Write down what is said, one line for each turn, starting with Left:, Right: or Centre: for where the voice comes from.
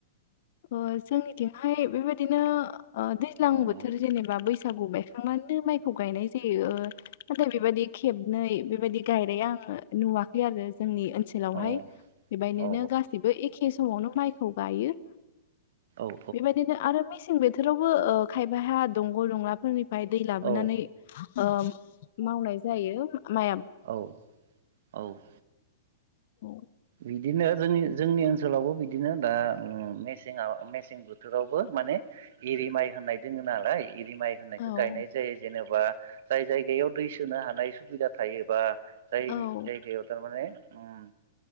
Left: ओ जोंनिथिंहाय बेबायदिनो ओ दैज्लां
Right: औ
Left: बोथोर जेनेबा बैसागु बायखांनानै माइखौ गायनाय जायो। ओ नाथाय बेबायदि खेबनै बे बायदि गायनाय आं नुवाखै आरो जोंनि ओनसोलावहाय।
Right: औ
Left: बेबायदिनो
Right: औ
Left: गासिबो एखे समावनो माइखौ गायो।
Right: औ
Left: बेबायदिनो आरो मेसें बो थोरावबो ओ खायफाहा दंग' दंलाफोरनि फाय दै लाबोनानै
Right: औ
Left: ओ मावनाय जायो मा
Right: औ औ।
Left: औ।
Right: बिदिनो जोंनि जोंनि ओनसोलावबो बिदिनो दा उम मेसेङाव मेसें बोथोरावबो माने एरि माइ होननाय दोङो नालाय एरि माइ होननायखो
Left: औ
Right: गायनाय जायो जेने बा जाय जायगायाव दै सोनो हानाय सुबिदा थायो बा जाय
Left: औ
Right: जायगायाव थारमाने उम